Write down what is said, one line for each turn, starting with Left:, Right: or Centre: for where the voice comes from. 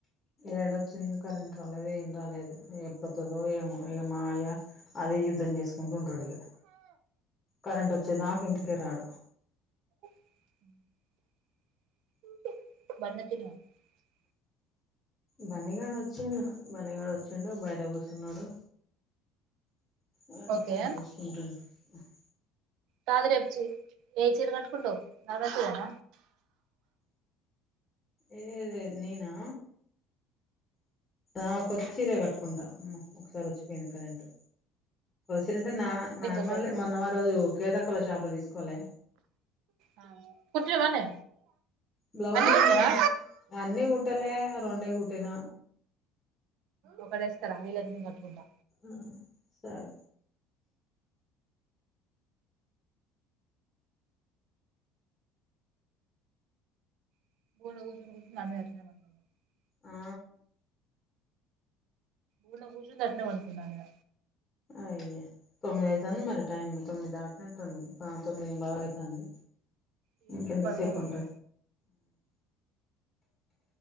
Left: ఏడొచ్చింది కరెంటు రాలేదు ఏం రాలేదు ఎ వస్తదే ఏమో ఇంకా మాయ్య అదే అర్ధం చేసుకుంటూ ఉంటాడు ఇగ కరెంట్ వచ్చేదాకా ఇంటికే రాడు
Right: <unintelligible>
Left: బన్నీగాడు అచ్చిండు బన్నిగాడు అచ్చిండు బయట కూసున్నడు. ఉమ్
Right: ఓకే
Left: ఫోన్ చూస్కుంటున్డు ఉహ్
Right: కద్ రేప్ చ్ ఏ చీర కట్టుకుంటవ్ నల్లచీర న
Left: ఏ ఏద్ నేనా? ఆ కొత్త చీర కట్టుకుంటా ఒకసారి వచ్చిపోయింది కరెంట్ చ్చరంటే నా
Right: అంటే
Left: నార్మల్దె
Right: ఇంకోసారి
Left: మొన్న మనం ఆ రోజు కేతక్కల షాప్ లో తీసుకోలె
Right: ఆ కుట్టినవానే
Left: బ్లౌజ్
Right: అన్ని
Left: కుట్టిన
Right: కుట్టినవా
Left: అని కుటలే రెండే కుట్టిన
Right: ఒకడేస్కర వీలైతే నేన్ కట్టుకుంటా
Left: ఆ సరే
Right: <unintelligible>
Left: ఆ
Right: కూన కూసుంది అటనే పండుకుంది న మీద
Left: అయ్యా తొమ్మిది అయితాంది మరి టైమ్ తొమ్మిది దాటినటు ఉంది ఆ తొమ్మిది బావ్ అయితాంది
Right: ఈ
Left: ఇంకెంత
Right: టైంకి పడుకోరు
Left: సేపు పంట
Right: వీళ్ళు